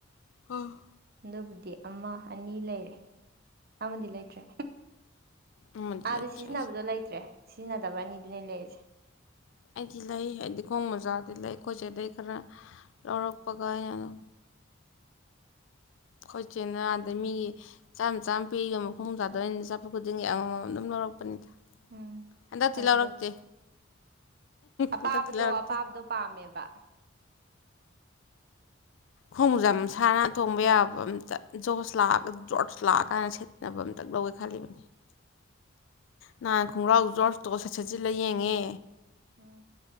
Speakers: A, on the left (about 65°); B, on the right (about 50°).
A: ꯎꯝ
B: ꯑꯗꯨꯕꯨꯗꯤ ꯑꯃ ꯑꯅꯤ ꯂꯩꯔꯦ ꯑꯃꯗꯤ ꯂꯩꯇ꯭ꯔꯦ
A: ꯑꯃꯗꯤ
B: ꯑꯥꯗ
A: ꯂꯩꯇ꯭ꯔꯦ
B: ꯁꯤꯖꯤꯟꯅꯕꯗꯣ ꯂꯩꯇ꯭ꯔꯦ ꯁꯤꯖꯤꯟꯅꯗꯕ ꯑꯅꯤꯗꯨꯅꯦ ꯂꯩꯔꯁꯦ
A: ꯑꯩꯗꯤ ꯂꯩ ꯍꯥꯏꯗꯤ ꯈꯣꯡ ꯃꯣꯖꯥꯗꯤ ꯂꯩ ꯑꯩꯈꯣꯏ ꯆꯦꯗꯒꯤ ꯈꯔ ꯂꯧꯔꯛꯄꯒ ꯑꯩꯅ ꯑꯗꯨꯝ ꯈꯣꯏꯆꯦꯅ ꯑꯗꯩ ꯃꯤꯒꯤ ꯆꯥꯝ ꯆꯥꯝꯃ ꯄꯤꯒ ꯈꯣꯡꯃꯣꯖꯥꯗꯣ ꯆꯠꯄ ꯈꯨꯗꯤꯡꯒꯤ ꯑꯃꯃꯝ ꯑꯗꯨꯝ ꯂꯧꯔꯛꯄ ꯄꯅꯤꯗ
B: ꯎꯝ
A: ꯍꯟꯗꯛꯇꯤ
B: ꯐꯩ
A: ꯂꯧꯔꯛꯇꯦ
B: ꯑꯗꯣ ꯑꯄꯥꯕꯗꯣ
A: ꯍꯟꯗꯛꯇꯤ ꯂꯧꯔꯛꯇꯦ
B: ꯑꯄꯥꯕꯗꯣ ꯄꯥꯝꯃꯦꯕ
A: ꯈꯣꯡꯃꯣꯖꯥ ꯃꯁꯥꯥ ꯅꯟꯅ ꯇꯣꯡꯕ ꯌꯥꯕ ꯑꯝꯇ ꯖꯣꯔꯁ ꯂꯥꯛꯑꯒ ꯖꯣꯔꯖ ꯂꯥꯛꯑꯀꯥꯟꯗ ꯁꯦꯠꯅꯕ ꯑꯝꯇ ꯂꯧꯋꯦ ꯈꯜꯂꯤꯕ ꯅꯍꯥꯟ ꯈꯣꯡꯒ꯭ꯔꯥꯎ ꯖꯣꯔꯁꯇꯣ ꯁꯠ ꯁꯠꯆꯤꯜꯂ ꯌꯦꯡꯉꯦ
B: ꯎꯝ